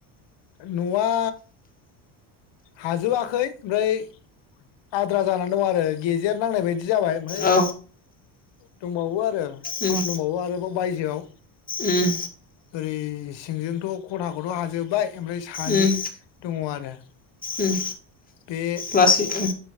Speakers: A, on the left; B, on the left.
A: न‌'आ हाजोबाखै ओमफ्राय आद्रा जानानै दं आरो गेजेर नांनाय बाय दि जाबाय ओमफ्राय
B: औ
A: दंबावो आरो खामानि
B: उम
A: दंबावो आरोबाव बायजोआव
B: उम
A: ओरै सिंजोंथ खथाखौथ हाजोबबाय। ओमफ्राय सानि
B: उम
A: दङ आरो
B: उम
A: बे
B: लासै उम